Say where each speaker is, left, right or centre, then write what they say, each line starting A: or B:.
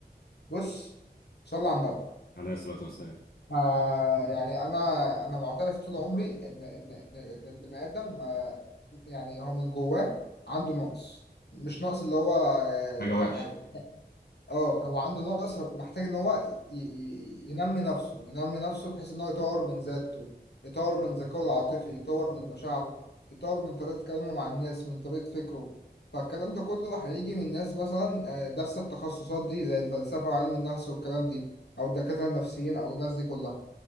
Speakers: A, on the left; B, on the left.
A: بص صلى على النبي
B: عليه الصلاه والسلام
A: آه يعني انا انا معترف طول عمري ان ان ان إن البني ادم آه يعني هو من جواه عنده نقص مش نقص اللي هو آه
B: حاجه
A: يعني
B: وحشه
A: اه هو عنده نقص محتاج ان هو ي- ي- ينمي نفسه ينمي نفسه بحيث ان هو يطور من ذاته يطور من ذكائه العاطفي يطور من مشاعره يطور من طريقة كلامه مع الناس من طريقة فكره فالكلام ده كله هيجي من ناس مثلا آه، دارسة التخصصات دي زي الفلسفة وعلم النفس والكلام دي او الدكاترة النفسيين او الناس دي كلها